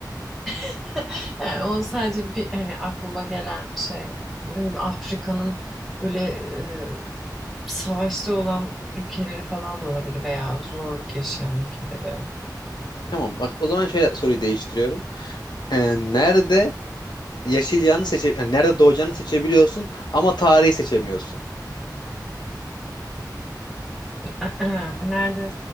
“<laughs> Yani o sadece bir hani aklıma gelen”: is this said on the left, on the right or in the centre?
Centre